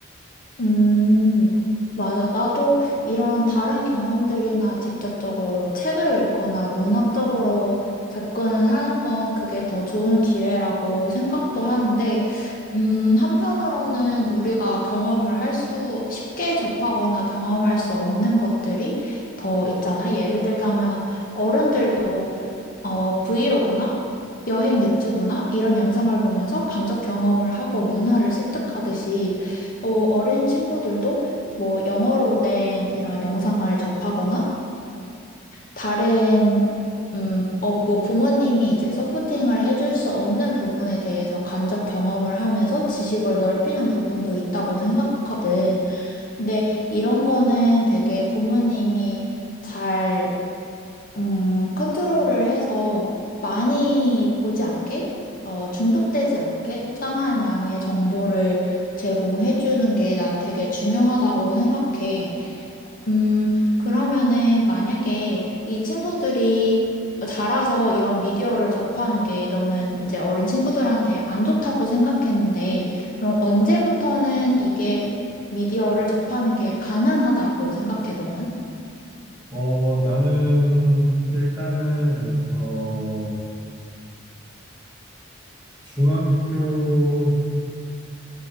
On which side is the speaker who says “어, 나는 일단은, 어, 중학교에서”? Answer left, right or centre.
Right